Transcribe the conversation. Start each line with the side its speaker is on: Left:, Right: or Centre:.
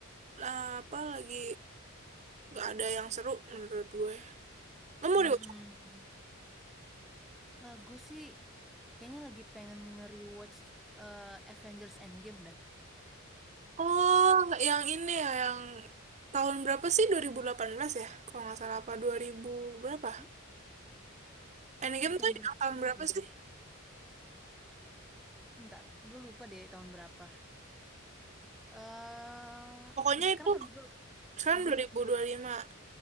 Right: eh, apa lagi gak ada yang seru menurut gue. Lo mau
Centre: Mm-mm.
Right: rewatch?
Centre: Ah, gue sih kayaknya lagi pengen nge-rewatch eh, Avengers Endgame dah.
Right: Oh, yang ini ya, yang tahun berapa sih? dua ribu delapan belas ya? Kalau nggak salah apa 2000 berapa?
Centre: Hmm?
Right: Endgame
Centre: Avengers
Right: tuh yang tahun
Centre: Endgame.
Right: berapa sih?
Centre: Bentar, gue lupa deh tahun berapa. eh
Right: Pokoknya
Centre: ini sekarang
Right: itu
Centre: tahun berapa?
Right: Kan
Centre: Hmm?
Right: 2025.